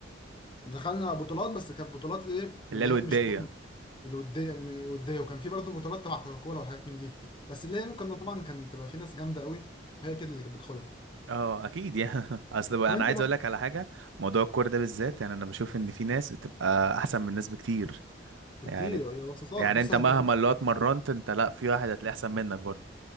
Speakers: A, on the left; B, on the right.
A: دخلنا بطولات بس كانت بطولات ايه
B: اللي
A: اللي
B: هي الوديه
A: هي مش الوديه م- وديه وكان في برضه بطولات تبع كوكاكولا وحاجات من دي بس اللي هي كنا طبعا كانت تبقى في ناس جامده قوي هي كده اللي كانت بتاخدها
B: اه اكيد يعني <laughs> اصل بقى
A: طب
B: انا
A: انت
B: عايز
A: بقى
B: اقول لك على حاجه موضوع الكوره ده بالذات يعني انا بشوف ان في ناس بتبقى احسن من ناس بكتير يعني
A: كتير يا وسطات
B: يعني
A: بص
B: انت
A: انت
B: مهما اللي هو اتمرنت انت لا في واحد هتلاقيه احسن منك برضه